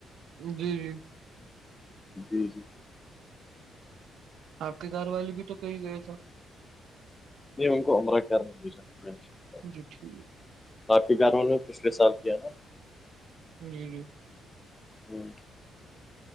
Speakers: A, on the right; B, on the left.
A: جی جی
B: جی جی
A: آپ کے گھر والے بھی تو کہیں گئے تھے
B: نہیں ان کو عمرہ کرنے کے لیے بھیجا
A: جی ٹھیک
B: اپ کے گھر والوں نے پچھلے سال کیا نا
A: جی جی
B: ہوں